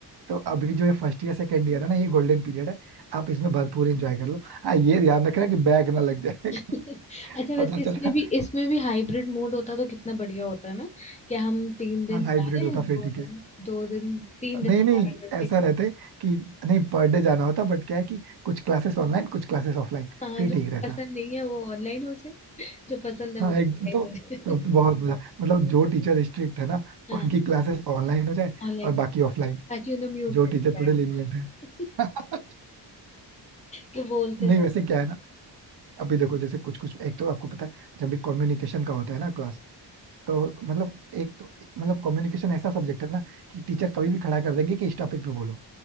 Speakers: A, on the right; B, on the left.
A: तो अभी जो ये फर्स्ट ईयर सेकंड ईयर है ना ये गोल्डन पीरियड है आप इसमें भरपूर एंजॉय कर लो हाँ ये ध्यान रखना कि बैग ना लग जाए
B: <laughs>
A: कहीं
B: अच्छा वैसे
A: पता
B: इसमें
A: चला
B: भी इसमें भी हाइब्रिड मोड होता तो कितना बढ़िया होता है ना कि हम तीन दिन
A: हाँ
B: जा
A: हाइब्रिड
B: रहे
A: होता
B: हैं दो
A: फिर ठीक
B: दिन
A: है
B: दो दिन तीन दिन
A: नहीं
B: हमारा
A: नहीं
B: जैसे
A: ऐसा रहते कि नहीं पर डे जाना होता बट क्या है कि कुछ क्लासेस ऑनलाइन कुछ क्लासेस ऑफलाइन
B: हाँ
A: फिर
B: जो
A: ठीक रहता
B: पसंद नहीं है वो ऑनलाइन हो जाए जो पसंद है
A: हाँ
B: वो ऑनलाइन
A: एक तो,
B: हो जाए
A: तो बहुत मजा मतलब जो टीचर स्ट्रिक्ट है ना
B: <laughs> हाँ
A: उनकी क्लासेस ऑनलाइन हो जाए
B: ऑनलाइन
A: और बाकी ऑफलाइन
B: ताकि उन्हें म्यूट
A: जो
B: करके
A: टीचर
B: बैठ
A: थोड़े lenient
B: जाओ
A: है
B: <laughs>
A: <laughs>
B: कि बोलते
A: नहीं
B: रहो
A: वैसे क्या है ना अभी देखो जैसे कुछ कुछ एक तो आपको पता है जब भी कम्युनिकेशन का होता है ना क्लास तो मतलब एक तो मतलब कम्युनिकेशन ऐसा सब्जेक्ट है ना कि टीचर कभी भी खड़ा कर देंगे कि इस टॉपिक पे बोलो